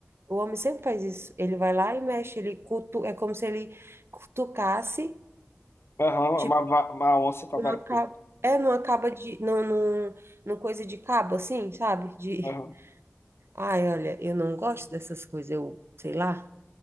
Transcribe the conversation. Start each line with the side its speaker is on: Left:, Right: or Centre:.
Right: O homem sempre faz isso. Ele vai lá e mexe, ele cutu... é como se ele cutucasse,
Left: Aham,
Right: tipo,
Left: é uma, va- uma onça com
Right: numa
Left: a vara curta.
Right: ca- é numa caba de. Num, num, numa coisa de cabo, assim, sabe? De.
Left: Aham.
Right: Ai, olha, eu não gosto dessas coisas, eu sei lá,